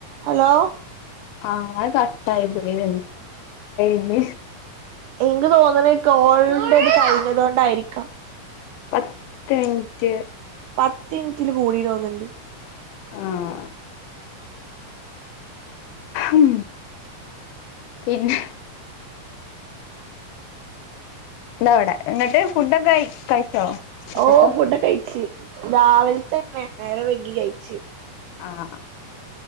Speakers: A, on the right (about 85°); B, on the left (about 85°).
A: Hello
B: ആഹ് അത് കട്ടായി പോയി <unintelligible>
A: എനിക്കോന്നണ് കോളിന്റെ അത് കഴിഞ്ഞതോണ്ടായിരിക്കാം.
B: പത്ത് മിനിറ്റ്
A: പത്ത് മിനിറ്റില് കൂടി തോന്ന്ണ്ട്
B: ആഹ് ഉം പിന്നെ ദാ അവിടെ എന്നിട്ട് ഫുഡൊക്കെ ക കഴിച്ചോ? ഉച്ചത്തെ
A: ഓഹ് ഫുഡൊക്കെ കഴിച്ചി രാവിലത്തന്നെ നേരം വൈകി കഴിച്ച്.
B: ആഹ്